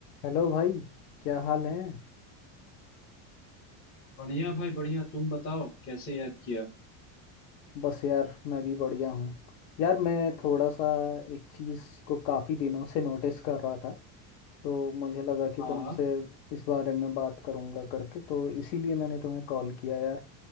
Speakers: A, on the left; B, on the left.
A: हेलो भाई क्या हाल है
B: बढ़िया भाई बढ़िया तुम बताओ कैसे याद किया
A: बस यार मैं भी बढ़िया हूँ यार मैं थोड़ा सा एक चीज़ को काफ़ी दिनों से नोटिस कर रहा था तो मुझे लगा कि
B: हाँ
A: तुमसे
B: हाँ
A: इस बारे में बात करूँगा करके तो इसीलिए मैंने तुम्हें कॉल किया यार